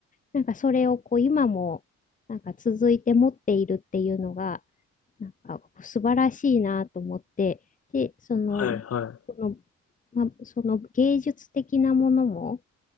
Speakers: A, on the left; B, on the left.
A: なんかそれをこう今もなんか続いて持っているっていうのが、なんか素晴らしいなと思って、で、その、
B: はいはい。
A: その、まあ、その芸術的なものも、